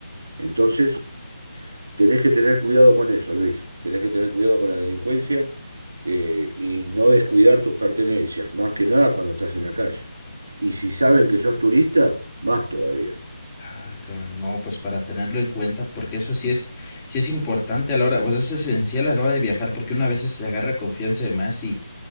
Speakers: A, on the right; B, on the left.
A: Entonces, tenés que tener cuidado con eso, Luis. Tenés que tener cuidado con la delincuencia eh, y no descuidar tus pertenencias, más que nada cuando estás en la calle. Y si saben que sos turista, más todavía.
B: Ay, caramba. No, pues para tenerlo en cuenta, porque eso sí es, sí es importante a la hora, pues es esencial a la hora de viajar, porque una vez se agarra confianza de más y,